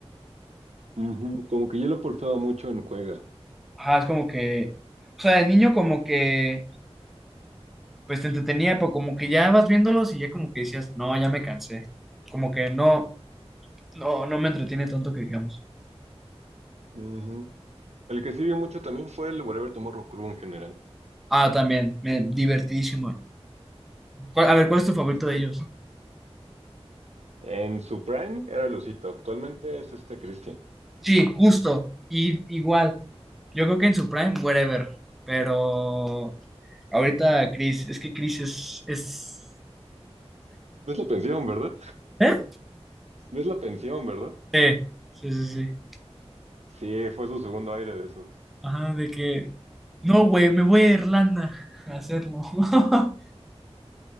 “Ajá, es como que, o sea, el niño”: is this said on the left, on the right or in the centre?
Centre